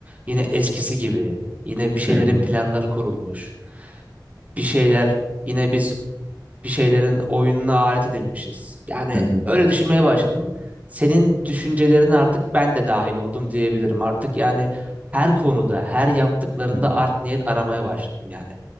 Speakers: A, on the right; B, in the centre.
A: Yine eskisi gibi. Yine bir şeylerin
B: hı hı,
A: planları kurulmuş. Bir şeyler yine biz bir şeylerin oyununa alet edilmişiz. Yani
B: hı hı,
A: öyle düşünmeye başladım. Senin düşüncelerine artık ben de dahil oldum diyebilirim. Artık yani her konuda, her yaptıklarında
B: hı hı,
A: art niyet aramaya başladım yani.